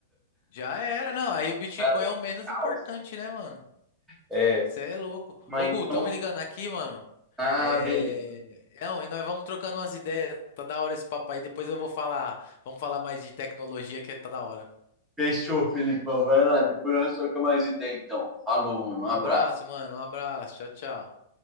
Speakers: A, on the left; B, in the centre.
A: já era, não. Aí o Bitcoin
B: Tá legal.
A: é o menos importante, né, mano?
B: É.
A: Você é louco.
B: Mas
A: Ô, Gu,
B: então.
A: tão me ligando aqui, mano.
B: Ah,
A: É,
B: beleza.
A: é, não, e nós vamos trocando umas ideias. Tá da hora esse papo aí. Depois eu vou falar, vamos falar mais de tecnologia que é, tá da hora.
B: Fechou, Felipão. Vai lá, depois nós trocamos mais ideia, então. Falou, mano.
A: Um
B: Um
A: abraço,
B: abraço.
A: mano. Um abraço. Tchau, tchau.